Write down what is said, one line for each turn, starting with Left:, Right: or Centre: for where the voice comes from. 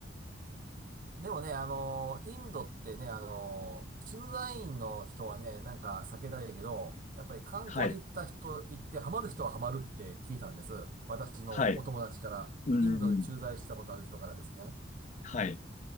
Right: でもね、あの、インドってね、あの、駐在員の人はね、なんか避けたいけど、やっぱり観光で行った人、
Left: はい。
Right: 行ってハマる人はハマるって聞いたんです。私のお友達から、
Left: はい。うん。
Right: インドで駐在したことある人からですね。
Left: はい。